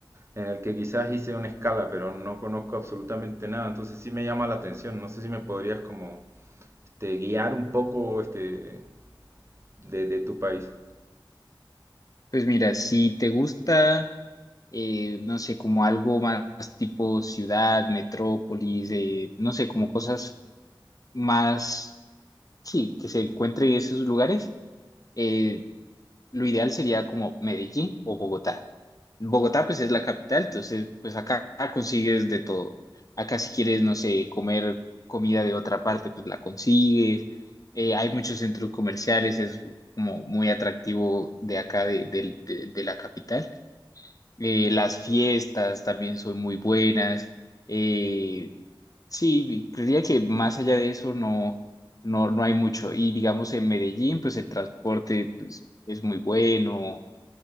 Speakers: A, on the right; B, on the left.
A: en el que quizás hice una escala, pero no conozco absolutamente nada, entonces sí me llama la atención, no sé si me podrías como este, guiar un poco este, de, de tu país.
B: Pues mira, si te gusta, eh, no sé, como algo más tipo ciudad, metrópolis, eh, no sé, como cosas más, sí, que se encuentre en esos lugares, eh, lo ideal sería como Medellín o Bogotá. Bogotá pues es la capital, entonces pues acá consigues de todo. Acá si quieres, no sé, comer comida de otra parte, pues la consigues. Eh, hay muchos centros comerciales, es como muy atractivo de acá, de, del- de- de la capital. Eh, las fiestas también son muy buenas. Eh, Sí, creería que más allá de eso no, no, no hay mucho. Y digamos en Medellín, pues el transporte pues, es muy bueno.